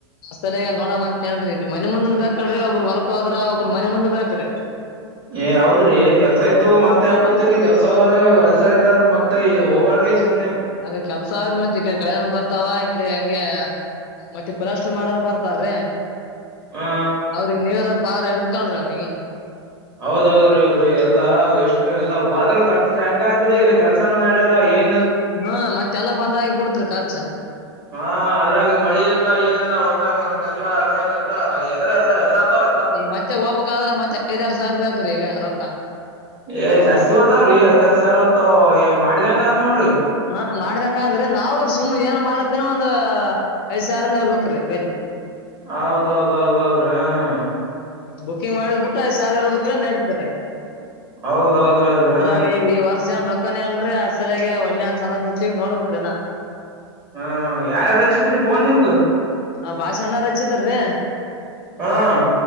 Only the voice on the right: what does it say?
ಏ ಹೌದ್ರಿ ಕೆಲ್ಸ ಇದ್ದು ಮತ್ತೆ ಆಕೋತಿರಿ ಕೆಲ್ಸ ಹೋದ ಹೊಲ್ಸ ಇಲ್ಲ್ರ ಮತ್ತೆ ಹೋಗಬ ಸುಮ್ಮನೆ
ಹಾ
ಹೌದೌದ್ರಿ ಹೌದ್ರಿ ಎಲ್ಲಾ ಎಷ್ಟು ಎಲ್ಲಾ ಹೋದ್ರ ಖರ್ು ಹೆಂಗ ಆಯತ್ರಿ ಇಲ್ಲಿ ಕೆಲ್ಸನ ನಡ್ಯಲ್ಲ ಏ
ಹಾ ಅದ್ರಾಗಿ ಮಳಿ ಎಲ್ಲ ಏನಲ್ಲ ಹೊಲ್ದಾಗ್ ಮಂದ ಎಲ್ಲ ಅದ್ರಾಗ ಎಲ್ಲ ಎದ್ರ ಎಲ್ಲ ಎದ್ರತವ
ಏ್ ಜಾಸ್ತಿ ಓ್ತಾವ್ರಿ ಐದ ಆರ್ ಸಾವಿರ ದ್ತಏ ಮಾಡಿದಂಗ ಅ ಆದ್ ನೋಡ್ರಿ
ಹೌದೌದ್ೌದೌದ ಹ
ಹೌದೌದೌದ್ರಿ
ಹಾ ಹ ಯಾರಾರು ಹಚ್ಚಿದ್ರಿ ಫೋನ್ ನಿಮ್ಗ
ಹಾಂ